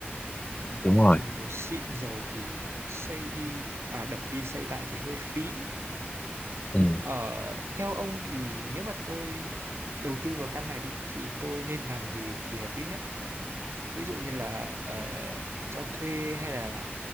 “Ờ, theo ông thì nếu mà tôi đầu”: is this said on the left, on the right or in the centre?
Right